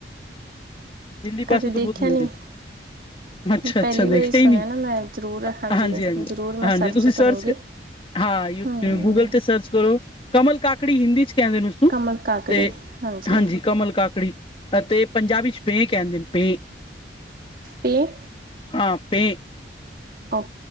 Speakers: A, on the left (about 30°); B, on the right (about 50°).
A: ਦਿੱਲੀ
B: ਕਦੇ
A: ਪਾਸੇ ਤੋਂ
B: ਦੇਖਿਆ
A: ਬਹੁਤ ਮਿਲਦੇ,
B: ਨਹੀਂ।
A: ਅੱਛਾ
B: ਪਹਿਲੀ
A: ਅੱਛਾ
B: ਵਾਰੀ
A: ਦੇਖਿਆ
B: ਸੁਣਿਆ
A: ਹੀ ਨਹੀਂ।
B: ਨਾ ਮੈਂ ਜ਼ਰੂਰ
A: ਹਾਂਜੀ- ਹਾਂਜੀ,
B: ਜ਼ਰੂਰ ਮੈਂ
A: ਹਾਂਜੀ ਤੁਸੀਂ ਸਰਚ
B: ਕਰੂੰਗੀ।
A: ਹਾਂ ਯੂਟਿਊਬ
B: ਹੂੰ,
A: ਗੂਗਲ ਤੇ ਸਰਚ ਕਰੋ। ਕਮਲ ਕਾਕੜੀ ਹਿੰਦੀ ਚ ਕਹਿੰਦੇ ਨੇ। ਉਸਨੂੰ
B: ਕਮਲ ਕਾਕੜੀ
A: ਤੇ
B: ਹਾਂਜੀ।
A: ਕਮਲ ਕਾਕੜੀ ਅਤੇ ਪੰਜਾਬੀ ਚ ਭੇਂ ਕਹਿੰਦੇ ਨੇ, ਭੇਂ।
B: ਇਹ
A: ਹਾਂ ਭੇਂ।
B: ਓ